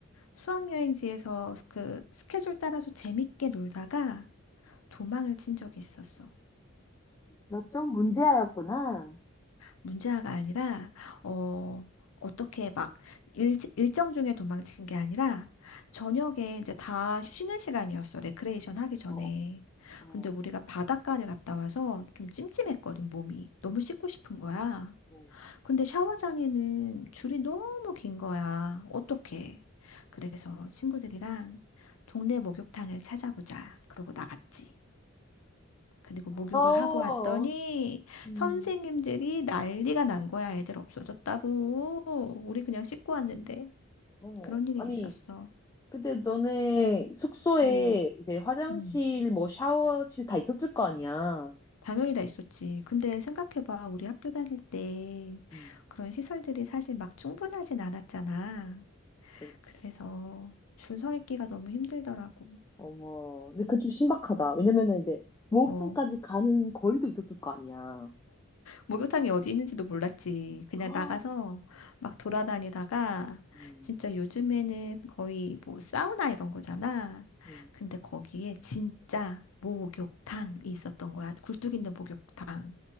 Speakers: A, on the left; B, on the left.
A: 수학여행지에서 그 스케줄 따라서 재밌게 놀다가 도망을 친 적이 있었어.
B: 너 좀 문제아였구나.
A: 문제아가 아니라 어 어떻게 막 일, 일정 중에 도망친 게 아니라 저녁에 이제 다 쉬는 시간이었어. 레크레이션 하기 전에.
B: 어, 어,
A: 근데 우리가 바닷가를 갔다 와서 좀 찜찜했거든, 몸이. 너무 씻고 싶은 거야.
B: 어,
A: 근데 샤워장에는 줄이 너무 긴 거야. 어떡해. 그래서 친구들이랑 동네 목욕탕을 찾아보자. 그러고 나갔지. 그리고 목욕을 하고
B: 아,
A: 왔더니
B: 음,
A: 선생님들이 난리가 난 거야. 애들 없어졌다고. 우리 그냥 씻고 왔는데
B: 어머.
A: 그런 일이
B: 아니,
A: 있었어.
B: 근데 너네 숙소에
A: 음,
B: 이제 화장실,
A: 음.
B: 뭐 샤워실 다 있었을 거 아니야.
A: 당연히 다 있었지. 근데 생각해봐. 우리 학교 다닐 때
B: 음,
A: 그런 시설들이 사실 막 충분하진 않았잖아.
B: 그렇지.
A: 그래서 줄 서 있기가 너무 힘들더라고.
B: 어머. 근데 그건 좀 신박하다. 왜냐면은 이제 목욕탕까지
A: 어.
B: 가는 거리도 있었을 거 아니야.
A: 목욕탕이 어디 있는지도 몰랐지. 그냥
B: 아,
A: 나가서 막 돌아다니다가
B: 음,
A: 진짜 요즘에는 거의 뭐 사우나 이런 거잖아.
B: 음,
A: 근데 거기에 진짜 목욕탕이 있었던 거야. 굴뚝 있는 목욕탕.